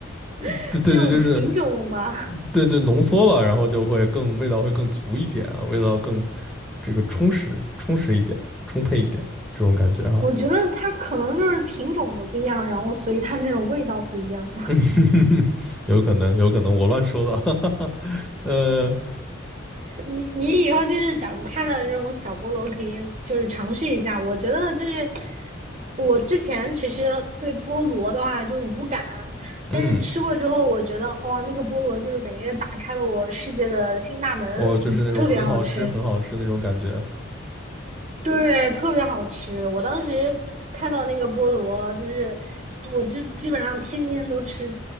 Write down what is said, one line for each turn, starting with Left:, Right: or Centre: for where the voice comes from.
Centre: <laughs>
Right: <laughs>
Centre: 对对对，
Right: 那种品种吧，
Centre: 就是对对浓缩了，然后就会更味道会更足一点啊，味道更这个充实充实一点，充沛一点这种感觉啊，
Right: 我觉得它可能就是品种的不一样，然后所以它那种味道不一样。
Centre: 嗯，<laughs> 有可能有可能我乱说的，<laughs> 哈哈哈，呃。
Right: 你你以后就是，假如看到这种小菠萝，可以就是尝试一下。我觉得就是我之前其实对菠萝的话就是无感，
Centre: 嗯，
Right: 但是吃过之后，我觉得哇，那个菠萝就是感觉打开了我世界的新大门，
Centre: 我就是那种很好吃、
Right: 特别好吃。
Centre: 很好吃那种感觉。
Right: 对，特别好吃。我当时看到那个菠萝，就是我这基本上天天都吃，